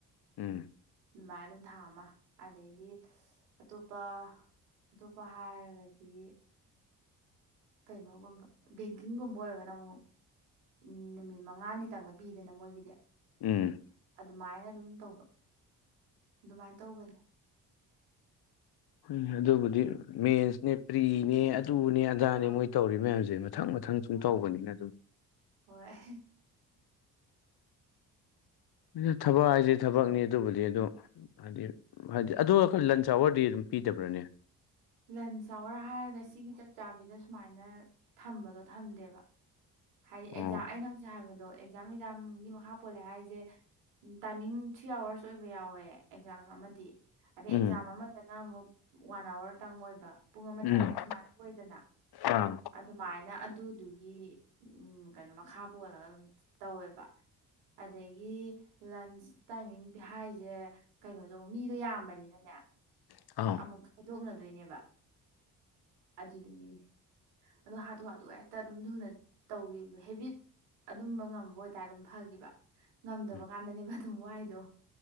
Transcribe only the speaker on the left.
ꯎꯝ
ꯎꯝ
ꯎ ꯑꯗꯨꯕꯨꯗꯤ ꯃꯦꯟꯁꯅꯦ ꯄ꯭ꯔꯤꯅꯦ ꯑꯗꯨꯅꯦ ꯑꯣꯖꯥꯅꯦ
ꯃꯣꯏ ꯇꯧꯔꯤ ꯃꯌꯥꯝꯖꯦ ꯃꯊꯪ ꯃꯊꯪ ꯁꯨꯝ ꯇꯧꯕꯅꯤꯅ
ꯑꯗꯨ
ꯎꯝ ꯊꯕꯛ ꯍꯥꯏꯖꯦ ꯊꯕꯛꯅꯤ ꯑꯗꯨꯕꯨꯗꯤ ꯑꯗꯣ ꯍꯥꯏꯗꯤ ꯍꯥꯏꯗꯤ ꯑꯗꯣ ꯑꯈꯣꯏ ꯂꯟꯁ ꯑꯋꯥꯔꯗꯤ ꯑꯗꯨꯝ ꯄꯤꯗꯕ꯭ꯔꯅꯦ?
ꯑꯣ
ꯎꯝ
ꯎꯝ
ꯑꯥ
ꯑꯥꯎ
ꯎꯝ